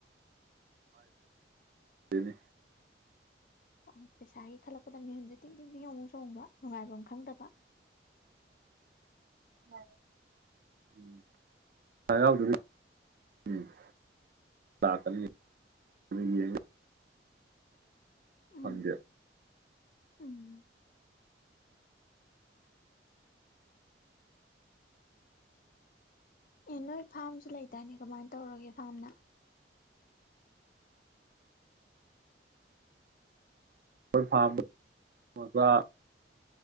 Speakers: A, on the right (about 50°); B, on the left (about 50°).
A: ꯅꯤ
B: ꯑꯣ ꯄꯩꯁꯥꯒꯤ ꯈꯜꯂꯛꯄꯗ ꯃꯤꯍꯟꯁꯦ ꯇꯤꯡ ꯇꯤꯡ ꯇꯤꯡ ꯌꯦꯡꯉꯨ ꯆꯣꯡꯕ ꯅꯨꯡꯉꯥꯏꯕ ꯑꯃ ꯈꯪꯗꯕ
A: ꯝ ꯂꯥꯛꯀ
B: ꯎꯝ
A: ꯄꯟꯖ
B: ꯎꯝ ꯑꯦ ꯅꯣꯏ ꯐꯥꯔꯝꯁꯨ ꯂꯩꯇꯅꯦ ꯀꯃꯥꯏꯅ ꯇꯧꯔꯒꯦ ꯐꯥꯔꯝꯅ
A: ꯐꯥ ꯃꯖꯥ